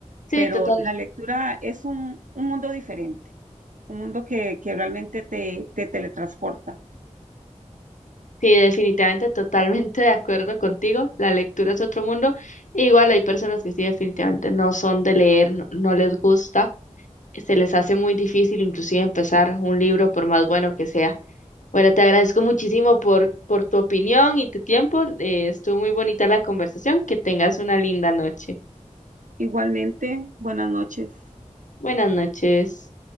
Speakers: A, on the left; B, on the right.
A: Sí,
B: pero
A: total.
B: la lectura es un, un mundo diferente, un mundo que, que realmente te, te teletransporta.
A: Sí, definitivamente, totalmente de acuerdo contigo. La lectura es otro mundo. Igual hay personas que sí, definitivamente no son de leer, no no les gusta. se les hace muy difícil inclusive empezar un libro por más bueno que sea. Bueno, te agradezco muchísimo por, por tu opinión y tu tiempo. eh, estuvo muy bonita la conversación. Que tengas una linda noche.
B: Igualmente, buenas noches.
A: Buenas noches.